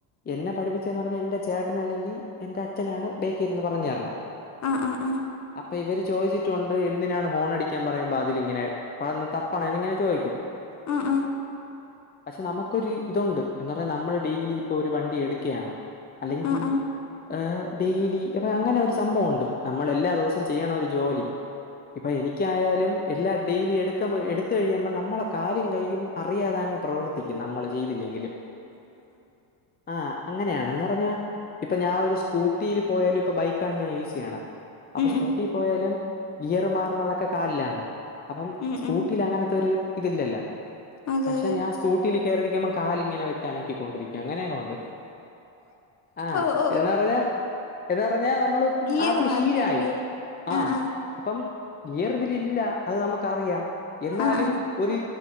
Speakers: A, on the left (about 20°); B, on the left (about 35°).
A: എന്നെ പഠിപ്പിച്ചെന്ന് പറഞ്ഞ എന്റെ ചേട്ടൻ അല്ലെങ്കി എന്റെ അച്ഛനാണ് ബേക്കി ഇരുന്ന് പറഞ്ഞർ
B: ആ ആ ആ
A: അപ്പൊ ഇവര് ചോദിച്ചിട്ടുണ്ട് എന്തിനാണ് ഹോണടി ക്കാൻ പറയുമ്പ അതിലിങ്ങനെ <unintelligible> തപ് പണേന്ന് ഇങ്ങനെ ചോദിക്കും.
B: ആ ആ ആ
A: പക്ഷെ നമുക്കൊരു ഇതുണ്ട്. എന്ന് പറഞ്ഞാ നമ്മള് ഡെയിലി ഇപ്പൊ ഒരു വണ്ടി എടുക്കയാണ്. അല്ലെങ്കി
B: ആ ആ ആ ആ ആ ആ
A: ഏഹ് ഡെയ്ലി അപ്പ അങ്ങനൊരു സംഭവൊണ്ട്. നമ്മൾ എല്ലാ ദിവസവും ചെയ്യണ ഒരു ജോലി. ഇപ്പൊ എനി ക്കും എല്ലാ ഡെയ്ലി എടുക്കുമ്പ എടുത്ത് കഴിയുമ്പ നമ്മളെ കാലും കയ്യും അറിയാതങ്ങ് പ്രവർ ത്തിക്കും നമ്മള് ചെയ്തില്ലെങ്കിലും ആ അങ്ങനെയാണ് എന്ന് പറഞ്ഞാ ഇപ്പൊ ഞാൻ ഒരു സ്കൂട്ടിയില് പോയാലും ഇപ്പൊ ബൈക്കാണ് ഞാൻ യൂസ് ചെയ്യണെ. അപ്പൊ
B: ഉം
A: സ്കൂട്ടി
B: ഉം
A: പോയാലും ഗിയറ് മാറുന്നതൊക്കെ കാലിലാണ് അപ്പം
B: ഉം
A: സ്കൂട്ടീൽ
B: ഉം
A: അങ്ങനത്തൊര് ഇതില്ലല്ല
B: അതെ
A: പക്ഷെ
B: അതെ
A: ഞാൻ സ്കൂട്ടില് കേയറിരിക്കുമ്പോ കാലിങ്ങനെ വെച്ച അനക്കി കൊണ്ടിരിക്കും അങ്ങനെയൊക്കെ ഉണ്ട് ആഹ
B: ഓ ഓ
A: എാ
B: ഓ
A: പറഞ്ഞ എതാ പറഞ്ഞ നമ്മള്
B: ഗിയർ
A: ആത്
B: മാറണല്ലേ
A: ശീരായി ആഹ്
B: ആ ആ
A: അപ്പം ഈറ് ഇതിലില്ല ഇതില ഇല്ല അത് നമുക്ക്റിയാം എന്നാലും
B: ആ ആ
A: ഒരു